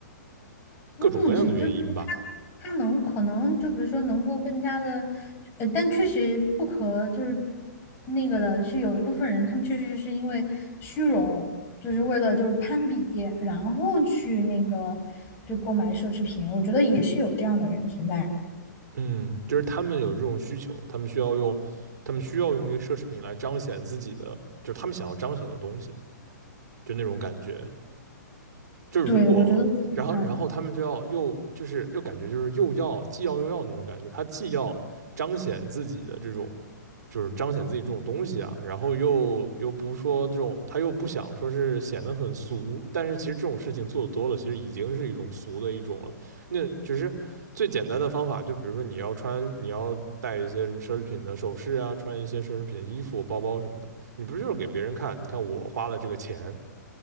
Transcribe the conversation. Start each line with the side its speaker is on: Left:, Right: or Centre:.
Left: 物质，
Right: 各种各样的原因吧，
Left: 就比如它它能可能就比如说能够更加的，呃，但确实不可就是那个的是有一部分人，他们确实是因为虚荣，就是为了就是攀比，然后去那个就购买奢侈品，我觉得也是有这样的人存在的。
Right: 嗯，就是他们有这种需求，他们需要用，他们需要用一个奢侈品来彰显自己的，就是他们想要彰显的东西，就那种感觉，就是如果，
Left: 对，我觉得是这样的。
Right: 然后然后他们就要又就是又感觉就是又要既要又要那种感觉，他既要彰显自己的这种就是彰显自己这种东西啊，然后又又不说这种，他又不想说是显得很俗，但是其实这种事情做的多了，其实已经是一种俗的一种了。那只是最简单的方法，就比如说你要穿，你要带一些什么奢侈品的首饰啊，穿一些奢侈品的衣服、包包什么的，你不就是给别人看？你看我花了这个钱，